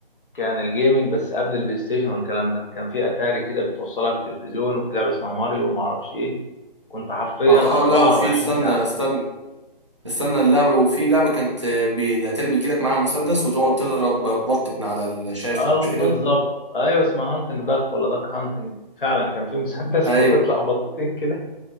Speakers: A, on the left (about 60°); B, on the right (about 30°).
A: كان الجيمنج بس قبل البلاي ستيشن والكلام ده كان في أتاري كده بتوصلها بالتلفزيون وفي لعبة اسمها ماريو وما أعرفش إيه كنت حرفيا
B: اه
A: 24
B: لا وفي استنى
A: ساعة
B: استنى استنى اللعبة وفي لعبة كانت بي... الاتاري بيجيلك معاها مسدس وتقعد تضرب بط من على الشاشة
A: اه
B: مش
A: بالظبط
B: كده؟
A: أيوة اسمها هانتنج داك ولا داك هانتنج فعلا كان في مسدس
B: ايوه
A: <laughs> وتطلع بطتين كده